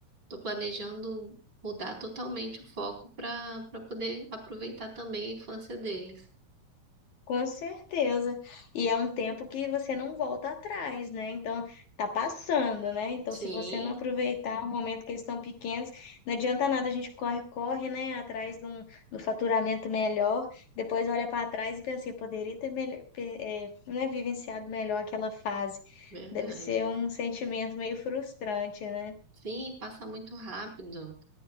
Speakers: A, on the right; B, on the left.
A: tô planejando mudar totalmente o foco para para poder aproveitar também a infância deles.
B: Com certeza. E é um tempo que você não volta atrás, né? Então, tá passando, né? Então,
A: Sim,
B: se você não aproveitar o momento que eles estão pequenos, não adianta nada, a gente corre, corre, né? Atrás de um, de um faturamento melhor, depois olha para trás e pensa assim, eu poderia ter melhor, né, vivenciado melhor aquela fase.
A: verdade.
B: Deve ser um sentimento meio frustrante, né?
A: Sim, passa muito rápido.